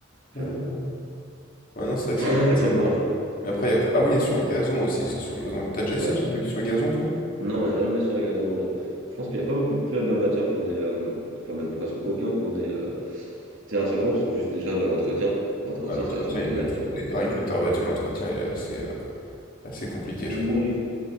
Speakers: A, on the right; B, on the left.
A: J'aime
B: Ah.
A: bien.
B: Ouais, non,
A: <coughs> <laughs>
B: c'est vrai que
A: J'aime
B: ça peut être sympa.
A: bien, j'aime.
B: Mais après, il y a quoi? Ah oui, il y a sur
A: Ouais, non,
B: gazon
A: faut-
B: aussi, ça, sur gazon. T'as déjà essayé
A: ouais.
B: sur, sur gazon, toi?
A: Non, jamais sur gazon. euh. Je pense qu'il n'y a pas beaucoup de clubs amateurs qui ont des. euh, enfin, même presque aucun qui ont des euh, terrains sur gazon, parce que juste déjà, bah, l'entretien. L'entretien,
B: Ouais, l'entretien,
A: ça va être une galère,
B: il doit être
A: tu
B: fou.
A: vois,
B: Dé-
A: pas possible.
B: Rien que t'as battu, l'entretien, il est assez, euh, assez compliqué,
A: Oui,
B: je crois.